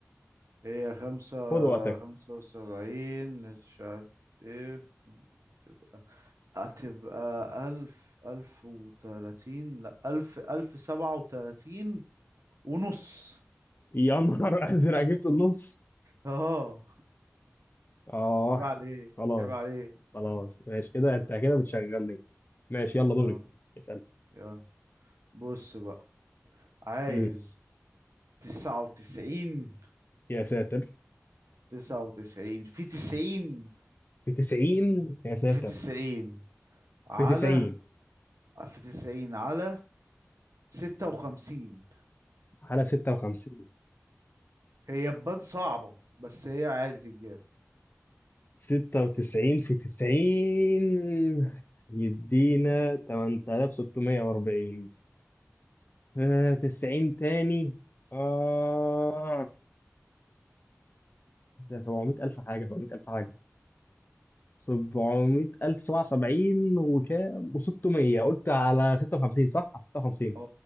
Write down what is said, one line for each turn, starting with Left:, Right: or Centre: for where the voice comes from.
Right: هي خمسة
Left: خد وقتك
Right: خمسة وسبعين مش عارف ايه تبقى هتبقى ألف ألف وتلاتين لأ ألف ألف سبعة وتلاتين ونص
Left: يا نهار <laughs> ازرق جبت النص
Right: اه
Left: اه
Right: عيب عليك
Left: خلاص
Right: عيب عليك
Left: خلاص ماشي كده انت كده بتشغلني ماشي يلا دوري
Right: اه
Left: اسال
Right: يلا بص بقى عايز
Left: امم
Right: تسعة وتسعين
Left: يا ساتر
Right: تسعة وتسعين في تسعين
Left: في 90 يا ساتر
Right: في تسعين على
Left: في 90
Right: في تسعين على ستة وخمسين
Left: حالة 56
Right: هي تبان صعبة بس هي عادي تتجاب
Left: 96 في 90 يدينا 8640 آه 90 تاني آه 700 ألف حاجة 700 ألف حاجة 700 ألف 77 وكام و600 قلت على 56 صح؟ على 56
Right: اه